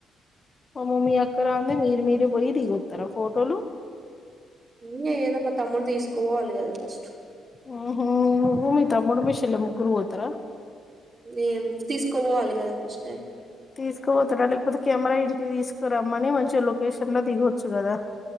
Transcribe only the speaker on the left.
మ మమ్మీ అక్కరా అంద మీర మీర పోయ దిగోధు తర ఫోటోలు
ఉహు నువ్వు మీ తమ్ముడు మీ చెల్లి ముగ్గురు పోతారా
తీసుకుపోతడా లేకపోతే కెమెరా ఇంటి తీసుకురమ్మని మంచి లొకేషన్ లా దిగొచ్చు కదా